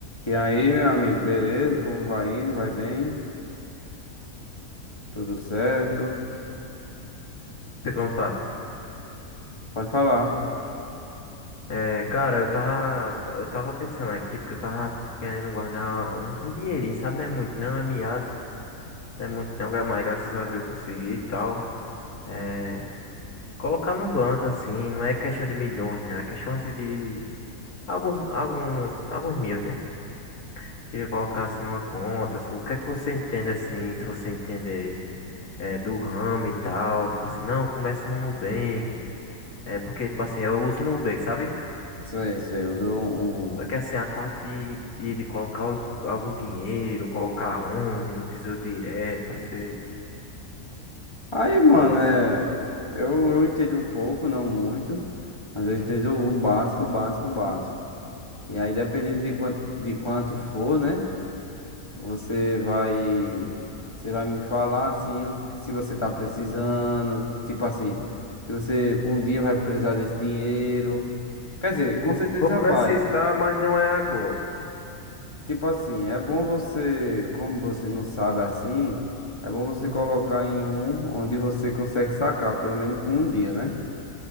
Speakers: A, on the left; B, on the left.
A: E aí, meu amigo, beleza? Como vai indo? Vai bem? Tudo certo?
B: perguntar.
A: Pode falar.
B: É, cara, eu tava, eu tava pensando aqui porque eu tava querendo guardar um, um dinheirinho, sabe? Não é muito, não é miado, não é muito, não, gra- mas graças a Deus eu consegui e tal. É, colocar num banco assim, não é questão de milhões, não, é questão assim de de alguns, alguns, alguns mil, né? Queria colocar assim numa conta. O que é que você entende assim, se você entender é, do ramo e tal? Tipo assim, não, comece no Nubank. É porque, tipo assim, eu uso o Nubank, sabe?
A: Sei, sei, usou
B: Só
A: um.
B: que assim, a parte de, de, de colocar algu- algum dinheiro, colocar onde, no Tesouro Direto, você
A: Aí, mano,
B: sabe assim,
A: é. Eu, eu entendo um pouco, não muito, mas eu
B: sim.
A: entendo o básico, o básico, o básico. E aí, dependendo de quanto, de quanto for, né? Você vai. Você vai me falar, assim, o- se você tá precisando. Tipo assim, se você um dia vai precisar desse dinheiro. Quer dizer, com
B: Vou,
A: certeza
B: vou precisar,
A: vai.
B: mas não é agora.
A: Tipo assim, é bom você, como você não sabe assim, é bom você colocar em um onde você consegue sacar, pelo menos com um dia, né?